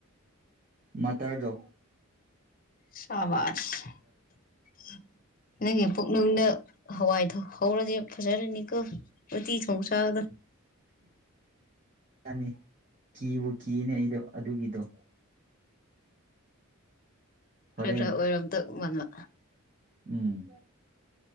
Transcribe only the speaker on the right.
ꯃꯗꯣ
ꯅꯤ ꯀꯤꯕꯨ ꯀꯤꯅꯦ ꯑꯩꯗꯣ ꯑꯗꯨꯒꯤꯗꯣ ꯍꯣꯔꯦꯟ
ꯎꯝ